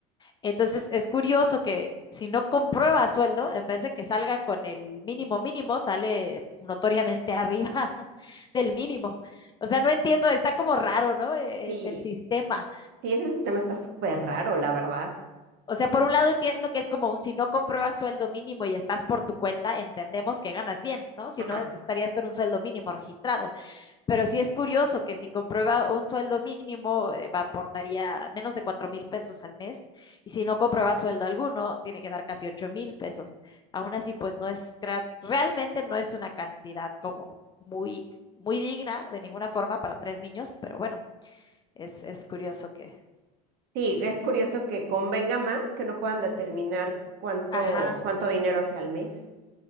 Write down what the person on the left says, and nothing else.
entonces es curioso que si no comprueba sueldo, en vez de que salga con el mínimo mínimo, sale notoriamente arriba <laughs> del mínimo. O sea, no entiendo, está como raro, ¿no? el,
el sistema.
O sea, por un lado entiendo que es como un si no compruebas sueldo mínimo y estás por tu cuenta, entendemos que ganas bien, ¿no? Si
no, estarías con un sueldo mínimo registrado. Pero sí es curioso que si comprueba un sueldo mínimo, eh, aportaría menos de cuatro mil pesos al mes. Y si no comprueba sueldo alguno, tiene que dar casi ocho mil pesos. Aún así, pues no es, realmente no es una cantidad como muy, muy digna de ninguna forma para tres niños, pero bueno, es, es curioso que.
Ajá.